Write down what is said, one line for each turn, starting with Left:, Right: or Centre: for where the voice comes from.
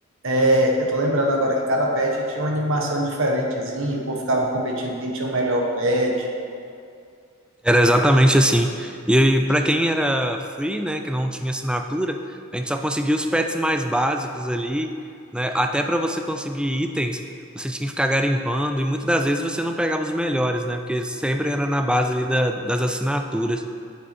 Right: É, eu tô lembrando agora que cada pet tinha uma animação diferentezinha, o povo ficava competindo quem tinha o melhor pet.
Centre: Era exatamente assim. E para quem era free, né, que não tinha assinatura, a gente só conseguia os pets mais básicos ali, né? Até para você conseguir itens, você tinha que ficar garimpando e muitas das vezes você não pegava os melhores, né? Porque sempre era na base ali da- das assinaturas.